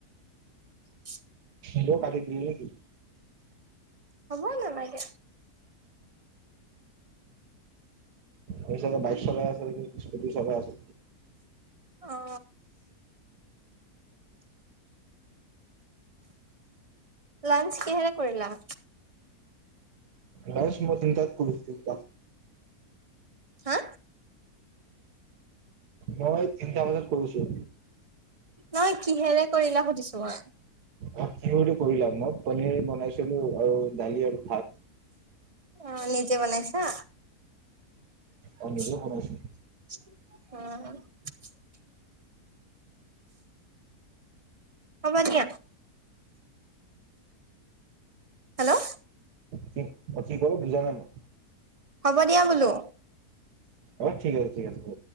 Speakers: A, on the right (about 40°); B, on the right (about 80°).
A: <unintelligible>
B: মইও কাটি দিম নেকি
A: হ'ব নালাগে
B: হৈ চাগে বাইক চলাই আছে নেকি স্কুটি চলাই আছে
A: অ লাঞ্চ কিহৰে কৰিলা
B: লাঞ্চ মই তিনিটাত কৰিছোঁ তিনিটা
A: হা
B: মই তিনিটা বজাত কৰিছোঁ
A: নহয় কিহেৰে কৰিলা সুধিছো মই
B: অ কি বুলি কলা মই পনীৰ বনাইছিলো আৰু ডালি আৰু ভাত
A: অ নিজে বনাইছা উম
B: অ', নিজে বনাইছো।
A: <unintelligible> হ'ব দিয়া হেল্ল'
B: কি অ কি কৰো বুজা নাই
A: হ'ব দিয়া বোলো।
B: অ', ঠিক আছে ঠিক আছে।